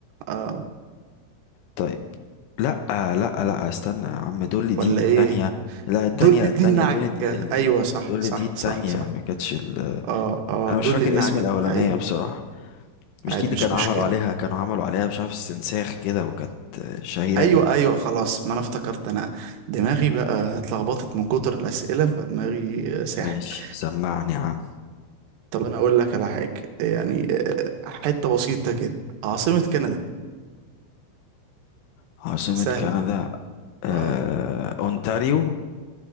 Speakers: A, on the right (about 85°); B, on the left (about 80°).
A: اه
B: طيب لا لا لا استنى يا عم دول دي
A: ولا
B: التانية
A: ايه
B: لا التانية
A: دولي
B: التانية
A: دي النعجة
B: دول دي ال...
A: ايوه
B: ال-
A: صح
B: دول
A: صح
B: دي التانية
A: صح صح
B: ما كانتش ال...
A: اه اه
B: انا مش
A: دولي
B: فاكر
A: النعجة
B: اسم الاولانية
A: ايوه
B: بصراحة مش
A: عادي
B: دي اللي
A: مش
B: كانوا
A: مشكلة
B: عملوا عليها كانوا عملوا عليها مش عارف استنساخ كده وكانت شهيرة
A: ايوه
B: جدا
A: ايوه خلاص ما انا افتكرت انا دماغي بقى اتلخبطت من كتر الاسئله فدماغي ساحت
B: ماشي سمعني يا عم
A: طب انا اقول لك على حاجه يعني آه، حته بسيطه كده عاصمه كندا
B: عاصمة
A: سهله
B: كندا آه...
A: اه
B: اونتاريو